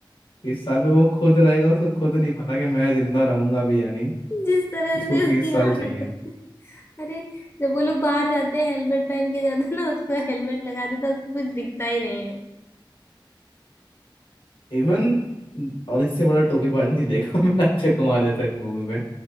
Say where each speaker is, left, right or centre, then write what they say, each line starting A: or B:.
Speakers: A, on the left (about 80°); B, on the left (about 30°).
A: तीस साल में वो खुद रहेगा उसको खुद नहीं पता कि मैं जिंदा रहूंगा भी या नहीं
B: जिस तरह
A: इसको
B: से
A: तीस
B: उसकी
A: साल
B: हालत
A: चाहिए
B: है अरे जब वो लोग बाहर जाते हैं हेलमेट पहन के जाते हैं ना उसको हेलमेट लगा देता है, उसको कुछ दिखता ही नहीं है
A: इवन और इससे बड़ा टोपीबाज नहीं देखा <laughs> मैंने अक्षय कुमार जैसा इस मूवी में